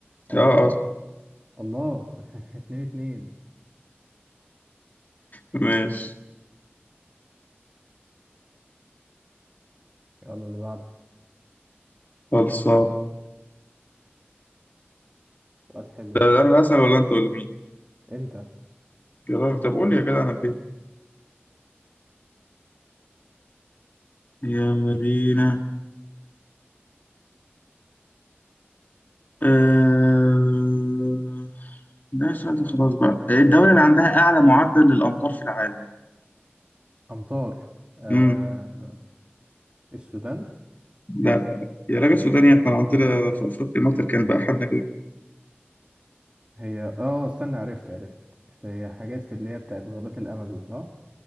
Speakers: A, on the right; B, on the left.
A: الله
B: آه آه صح.
A: الله <laughs> اتنين اتنين
B: ماشي
A: يلا اللي بعده
B: خلصان
A: سؤال حلو
B: ده
A: كده
B: انا اللي اسال ولا انت ولا مين
A: انت
B: يا راجل طب قول لي يا جدع انا بيه يلا بينا أه... ده سؤال ده خلاص بقى الدولة اللي عندها أعلى معدل للأمطار في العالم
A: أمطار آه...
B: امم
A: السودان
B: لا لا لا. يا راجل سوداني احنا لو عندنا في أفريقيا مطر كان بقى حالنا كده
A: هي اه استنى عرفت عرفت هي حاجات في اللي هي بتاعت غابات الأمازون صح؟